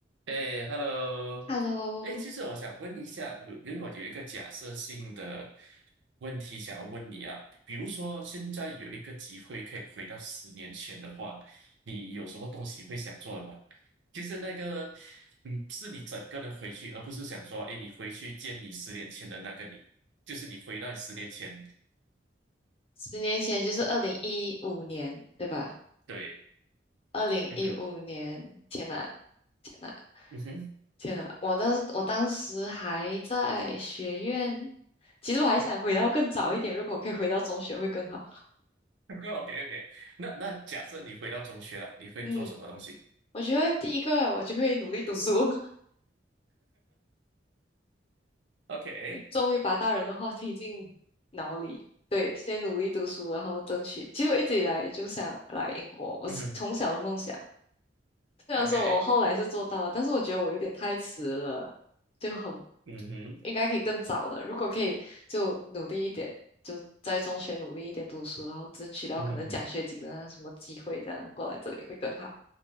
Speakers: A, on the right (about 85°); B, on the left (about 30°).
A: 哎，Hello，
B: Hello，
A: 哎，其实我想问一下，我因为我有一个假设性的问题想要问你啊，比如说现在有一个机会可以回到十年前的话，你有什么东西会想做的吗？就是那个，嗯，是你整个人回去，而不是想说，哎，你回去见你十年前的那个你，就是你回到你十年前，
B: 十年前就是二零一五年，对吧？
A: 对，
B: 二零一五年，
A: 嗯哼，
B: 天呐，天呐，
A: 嗯哼
B: 天呐！我当时我当时还在学院，其实我还想回到更早一点，如果我可以回到中学会更好。
A: <laughs>，OK OK，那那假设你回到中学了，你会做什么东西
B: 嗯，我觉得第一个我就会努力读书，
A: ？OK，
B: <laughs> 终于把大人的话听进脑里。对，先努力读书，然后争取。其实我一直以来就想来英国，我是从小的梦想。
A: 嗯哼
B: 虽然说我后来是做到了，
A: ，OK。
B: 但是我觉得我有点太迟了，就很
A: 嗯哼，
B: 应该可以更早的。如果可以，就努力一点，就在中学努力一点读书，然后争取到可能奖学金啊什么机会，
A: 嗯哼
B: 这样过来这里会更好。